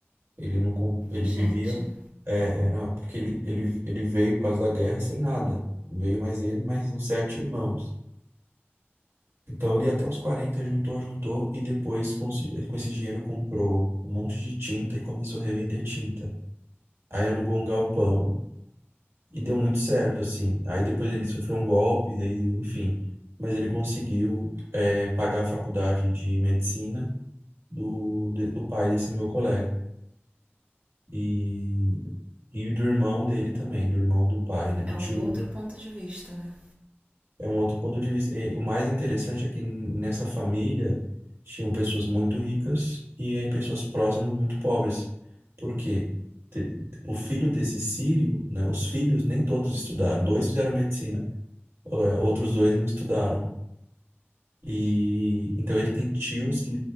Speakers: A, on the right (about 70°); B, on the right (about 30°).
A: Ele não, com- ele
B: Gente,
A: vivia, é, era porque ele, ele, ele veio por causa da guerra sem nada. Veio mais ele, mais uns sete irmãos. Então ele até os 40 juntou, juntou e depois com esse com esse dinheiro comprou um monte de tinta e começou a revender tinta. Aí alugou um galpão e deu muito certo, assim. Aí depois ele sofreu um golpe, e, enfim. Mas ele conseguiu, é, pagar a faculdade de medicina do, de- do pai desse meu colega. E, e do irmão dele também, do irmão do pai, né? Do
B: é um
A: tio
B: outro
A: do,
B: ponto de vista, né?
A: é um outro ponto de vista. E, e o mais interessante é que nessa família tinham pessoas muito ricas e aí pessoas próximas muito pobres. Porque o filho desse Sírio, né? Os filhos nem todos estudaram. Dois fizeram medicina, eh, outros dois não estudaram. E então ele tem tios que